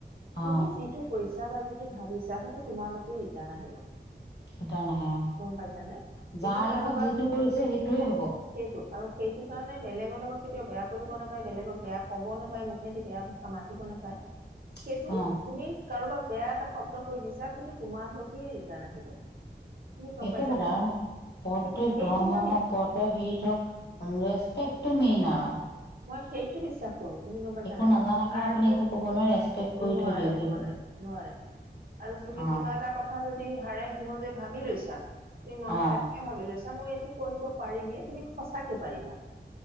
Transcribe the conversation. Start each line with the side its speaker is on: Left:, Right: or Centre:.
Right: তুমি
Left: অ
Right: যিটো কৈছা বা যিটো ভাবিছা সেইটো তোমালোকে ৰিটাৰ্ণ আহিব।
Left: এটাও নাহে অ
Right: গম পাইছা নে। তুমি
Left: যাৰ
Right: কাৰোবাক
Left: লগত যিটো কৰিছে সেইটোয়ে হ'ব
Right: সেইটো আৰু সেইটো সেই কাৰণে বেলেগৰ লগত কেতিয়াও বেয়া কৰিব নাপায় বেলেগক বেয়া ক'ব নাপায় মুখেদি বেয়া ভাষা মাতিব নাপায়। সেইটো
Left: অ
Right: তুমি কাৰোবাক বেয়া এটা শব্দ কৰি দিছা সেইটো তোমালকে ৰিটাৰ্ণ আহিব। তুমি গম
Left: সেইটো
Right: পাইছানে
Left: কথা আৰু প্ৰত্যেক
Right: কিন্তু সেইটো
Left: ধৰ্ম
Right: মই
Left: হওক প্ৰত্যেক হৃদ হওক। ৰেস্পেক্টো মেইন আৰু
Right: মই সেইটো বিশ্বাস কৰো। তুমি গম পাইছা
Left: একো
Right: নাই
Left: নাজানাকে
Right: আৰু
Left: আপুনি একো ক'ব নোৱাৰে ৰেচপেক্ট কৰি
Right: নোৱাৰে
Left: থৈ দিয়ক
Right: - নোৱাৰে
Left: সেইটো
Right: - নোৱাৰে। আৰু তুমি
Left: অ
Right: কিবা এটা কথা যদি হাৰে সিমজে ভাবি লৈছা তুমি মনত
Left: অ
Right: ভাবি লৈছা। আচ্ছা মই এইটো কৰিব পাৰিমে তুমি সচাকে পাৰিবা।